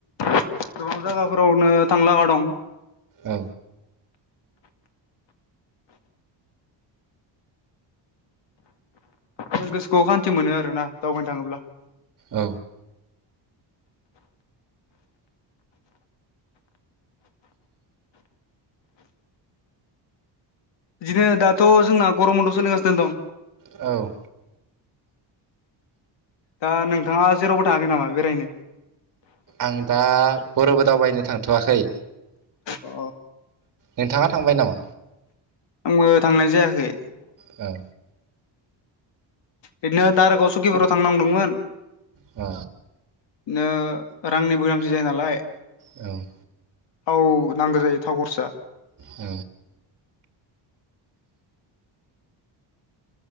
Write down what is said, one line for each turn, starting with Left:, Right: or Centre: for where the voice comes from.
Left: गोबां जायगाफोरावनो थांनो लागा दं
Right: औ
Left: जों गोसोखौ खान्थि मोनो आरोना दावबायनो थाङोब्ला
Right: औ
Left: इदिनो दाथ' जोंना गरम बनद' सलिगासिनो दं
Right: औ
Left: दा नोंथाङा जेरावबो थाङाखै नामा बेरायनो
Right: आं दा बर'बो दावबायनो थांथ'वाखै
Left: अ
Right: नोंथाङा थांबाय नामा?
Left: आंबो थांनाय जायाखै।
Right: औ।
Left: बिदिनो दारागाव सुकिबाराव थांनो नंदोंमोन।
Right: अ।
Left: बिदिनो रांनिबो गोनांथि जायो नालाय।
Right: औ।
Left: औ नांगौ जायो थाव खरसा।
Right: औ